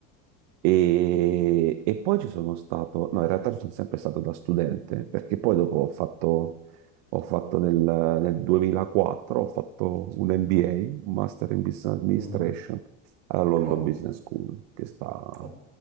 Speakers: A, on the right; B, on the right.
A: E, e poi ci sono stato, no, in realtà ci sono sempre stato da studente, perché poi dopo ho fatto, ho fatto nel, nel 2004, ho fatto un MBA, un Master in Business Administration,
B: Mhm.
A: alla London
B: Oh,
A: Business School, che sta
B: oh,